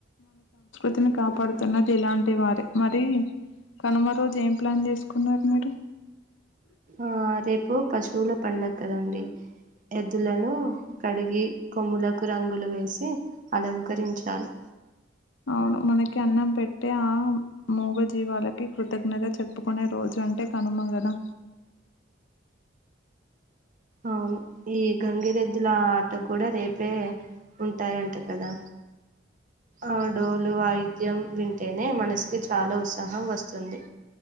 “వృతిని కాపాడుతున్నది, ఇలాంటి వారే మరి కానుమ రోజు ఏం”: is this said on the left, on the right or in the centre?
Left